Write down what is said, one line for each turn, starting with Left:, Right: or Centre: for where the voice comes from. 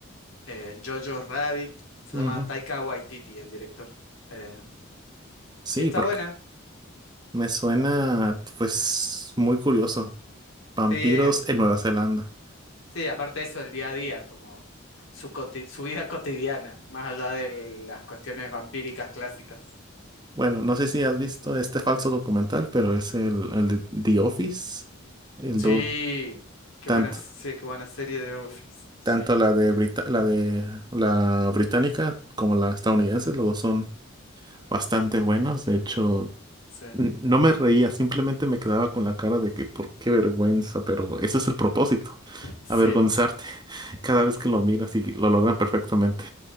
Left: eh, Jojo Rabbit. Se
Right: Ujú.
Left: llama Taika Waititi, el director. Eh,
Right: Sí,
Left: Y está
Right: porque
Left: buena.
Right: me suena, pues, muy curioso. Vampiros
Left: Sí, es-
Right: en Nueva Zelanda.
Left: sí, aparte de eso, el día a día, como su, coti- su vida cotidiana, más allá de las cuestiones vampíricas clásicas.
Right: Bueno, no sé si has visto este falso documental, pero es el, el de The Office. El,
Left: Sí, qué
Right: Tanto,
Left: buena, se- qué buena serie de Office. Sí,
Right: tanto la de Brita- la de la británica como la estadounidense, los dos son bastante buenos. De hecho,
Left: sí.
Right: n- no me reía, simplemente me quedaba con la cara de que por qué vergüenza, pero ese es el propósito,
Left: Sí,
Right: avergonzarte <laughs> cada vez que lo miras y lo logran perfectamente.